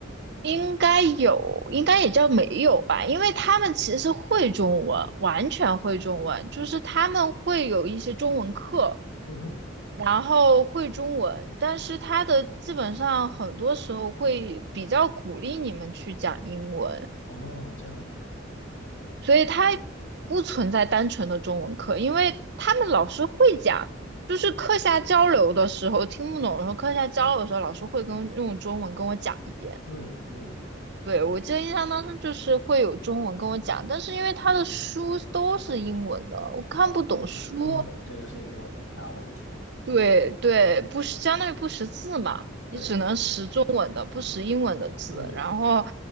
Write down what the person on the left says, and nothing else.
嗯哼，
哦，这样。
嗯嗯，
啊，看不懂，这个是一个问大问题。
对，
嗯